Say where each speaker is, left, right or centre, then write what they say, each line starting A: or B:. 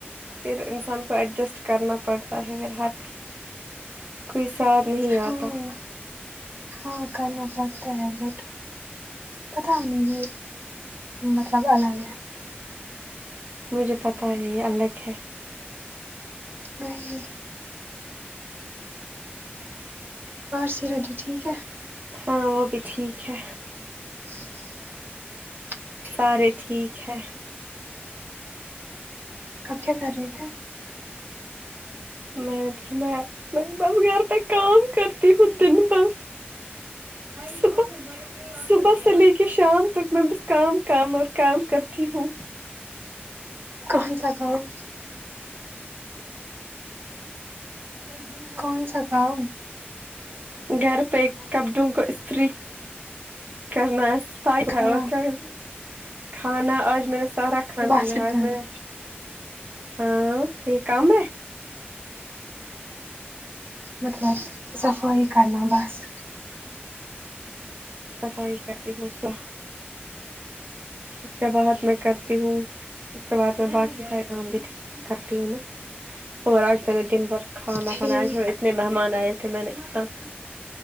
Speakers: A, on the right; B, on the right.
A: پھر انسان کو ایڈجسٹ کرنا پڑتا ہے پھر ہر کوئی ساتھ نہیں
B: ہاں
A: آتا
B: ہاں کرنا پڑتا ہے بٹ پتا نہیں یہ مطلب الگ ہے
A: مجھے پتا ہے یہ الگ ہے
B: نہیں پارسی ریڈی ٹھیک ہے
A: ہاں وہ بھی ٹھیک ہے
B: <inaudible>
A: سارے ٹھیک ہے
B: آپ کیا کر رہے تھے
A: میں نے اب میں میں بس گھر پہ کام کرتی ہوں دن بھر صبح صبح سے لے کے شام تک میں بس کام کام اور کام کرتی ہوں
B: کون سا گاؤں
A: ہوں
B: کون سا کام ہے
A: گھر پہ کبڈوں کو استری کرنا صفائی ہے
B: کھانا
A: اور کیا کرتی کھانا آج میں نے سارا کھانا
B: بس
A: بنایا
B: اتنا
A: آج میں
B: ہی
A: نے ہاں یہ کم ہے
B: مطلب صفائی کرنا بس
A: صفائی کرتی ہوں سو اس کے بعد میں کرتی ہوں اس کے بعد میں باقی سارے کام بھی کرتی ہوں نا اور آج میں نے دن بھر کھانا
B: ٹھیک
A: بنایا آج اتنے مہمان آئے تھے میں نے نا تب